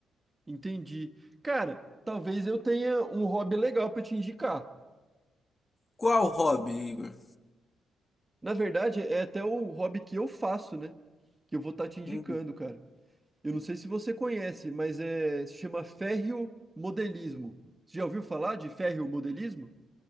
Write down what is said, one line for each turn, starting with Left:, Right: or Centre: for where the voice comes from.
Right: Entendi. Cara, talvez eu tenha um hobby legal pra te indicar.
Left: Qual hobby, Igor?
Right: Na verdade, é até o hobby que eu faço, né? Que eu vou estar te indicando,
Left: Hum,
Right: cara. Eu não sei se você conhece, mas é, se chama ferriomodelismo. Você já ouviu falar de ferriomodelismo?